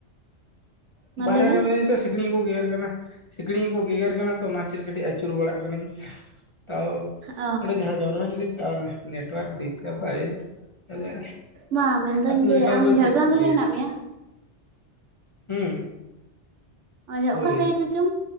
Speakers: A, on the right; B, on the left.
A: ᱢᱟ
B: ᱵᱟᱨᱦᱮᱨᱮ
A: ᱞᱟᱹᱭ ᱢᱮ
B: ᱢᱤᱱᱟᱧᱟ ᱛᱚ ᱥᱤᱠᱲᱤᱡ ᱠᱚ ᱜᱮᱜᱮᱨ ᱠᱟᱱᱟ ᱥᱤᱠᱲᱤᱡ ᱠᱚ ᱜᱮᱜᱮᱨ ᱠᱟᱱᱟ ᱛᱚ ᱚᱱᱟ ᱠᱷᱟᱹᱛᱤᱨ ᱠᱟᱹᱴᱤᱡ ᱟᱹᱪᱩᱨ ᱵᱟᱲᱟᱜ ᱠᱟᱱᱟᱱᱟᱹᱧ ᱛᱟᱣ
A: ᱚ
B: ᱚᱸᱰᱮ ᱡᱷᱟᱲᱜᱨᱟᱢ ᱨᱮᱦᱚᱸ ᱡᱩᱫᱤ ᱱᱮᱴᱣᱟᱨᱠ ᱰᱤᱥᱴᱟᱵᱟᱭ ᱛᱟᱦᱚᱞᱮ
A: ᱢᱟ ᱢᱮᱱᱫᱟᱹᱧ
B: ᱟᱛᱳ
A: ᱡᱮ
B: ᱫᱤᱥᱚᱢ
A: ᱟᱢ
B: ᱨᱮᱫᱚ
A: ᱡᱷᱟᱲᱜᱨᱟᱢ
B: ᱪᱮᱫ ᱪᱤᱠᱟᱹᱭᱟ
A: ᱨᱮᱜᱮ ᱢᱮᱱᱟᱜ ᱢᱮᱭᱟ
B: ᱦᱩᱸ
A: ᱟᱪᱪᱷᱟ
B: ᱦᱳᱭ
A: ᱚᱠᱟ ᱥᱟᱭᱤᱰ ᱨᱮ ᱪᱚᱝ